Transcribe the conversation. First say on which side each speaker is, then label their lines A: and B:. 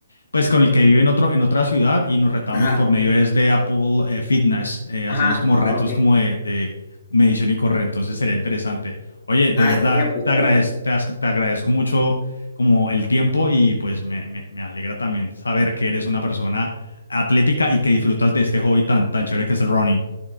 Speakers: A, on the left; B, on the left.
A: pues con el que vive en otro, en otra ciudad y nos retamos
B: Ajá,
A: por medio es de Apple eh, Fitness. Eh, hacíamos
B: ajá,
A: como retos
B: ah, ok.
A: como de, de medición y correr, entonces sería interesante. Oye, de
B: Ah,
A: verdad,
B: estaría pues
A: te
B: bárbaro.
A: agradez te, as- te agradezco mucho como el tiempo y pues me, me- me alegra también saber que eres una persona atlética y que disfrutas de este hobby tan, tan chévere que es el running.